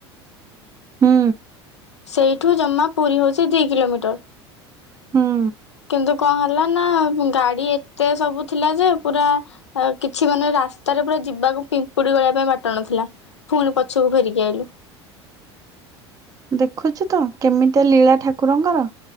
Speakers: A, on the right; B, on the left.
A: ହୁ
B: ସେଇଠୁ ଜମା ପୁରୀ ହେଉଛି ଦୁଇ କିଲୋମିଟର
A: ହୁଁ
B: କିନ୍ତୁ କଣ ହେଲା ନା ଗାଡି ଏତେ ସବୁ ଥିଲା ଯେ ପୁରା ଆ କିଛି ମାନେ ରାସ୍ତାରେ ପୁରା ଯିବାକୁ ପିମ୍ପୁଡି ଗଲିବା ପାଇଁ ବାଟ ନଥିଲା ପୁଣି ପଛକୁ ଫେରିକି ଆଇଲୁ
A: ଦେଖୁଛୁ ତ କେମିତି ଲୀଳା ଠାକୁରଙ୍କର